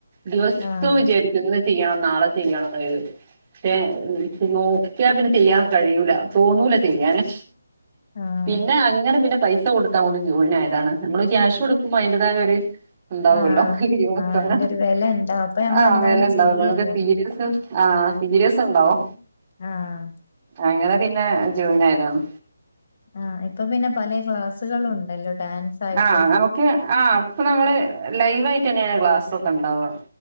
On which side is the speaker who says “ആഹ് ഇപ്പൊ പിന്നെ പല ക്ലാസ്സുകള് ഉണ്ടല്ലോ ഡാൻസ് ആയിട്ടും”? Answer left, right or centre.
Left